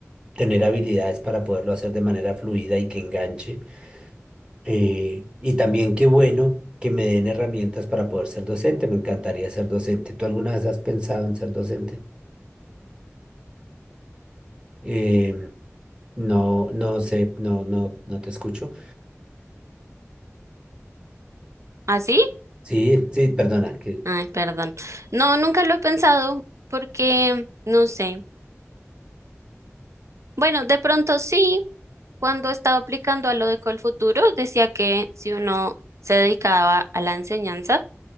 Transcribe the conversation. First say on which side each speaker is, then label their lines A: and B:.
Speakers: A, on the right; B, on the right.
A: tener habilidades para poderlo hacer de manera fluida y que enganche. Eh, y también qué bueno que me den herramientas para poder ser docente. Me encantaría ser docente. ¿Tú alguna vez has pensado en ser docente? Em, No, no sé, no, no, no te escucho.
B: ¿Así?
A: Sí, sí, perdona. Que...
B: Ay, perdón. No, nunca lo he pensado porque no sé. Bueno, de pronto sí, cuando estaba aplicando a lo de Colfuturo, decía que si uno se dedicaba a la enseñanza,